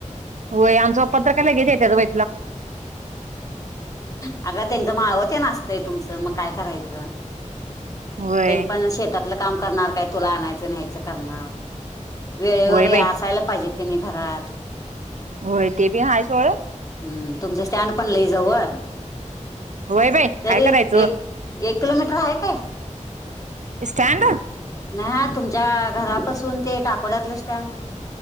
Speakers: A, on the right; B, on the left.
A: होय आमंच पप्पा तरं लगेच येत्यात व्हय.
B: अग त्यांच माळवं तेन अस तुमच मग काय करायचं
A: व्हय
B: त्यांनी पण शेतात. काम करणार काय तुला आणायचं न्यायचं करणार वेळेवर
A: व्हय बाई
B: असायला पाहिजे की नाही. घरात.
A: होय ते बी आहे सोडं.
B: हम्म! तुमच स्टँड पण लई जवळ.
A: व्हय बाई
B: तरी
A: काय करायचं
B: एक एक किलोमीटर आहे काय.
A: स्टँड
B: नाही ह तुमच्या घरापसून ते टाकोड्यातलं स्टँड.